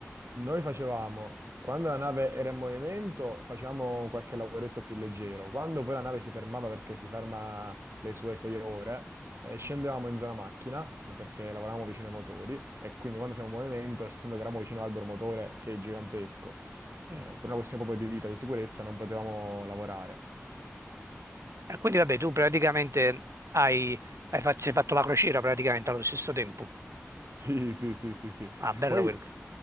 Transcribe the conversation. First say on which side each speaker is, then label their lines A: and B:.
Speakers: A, on the right; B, on the right.
A: noi facevamo, quando la nave era in movimento, facevamo qualche lavoretto più leggero. Quando poi la nave si fermava perché si ferma le sue sei ore, eh, scendevamo in zona macchina eh, perché lavoravamo vicino ai motori e quindi quando siamo in movimento, essendo che eravamo vicino all'albero motore che è gigantesco, eh,
B: Mm.
A: per una questione proprio di vita e di sicurezza non potevamo lavorare.
B: E quindi vabbè, tu praticamente hai, hai fac- hai fatto la crociera praticamente allo stesso tempo.
A: Sì, sì, sì, sì, sì.
B: Ah, bella
A: Poi
B: quella.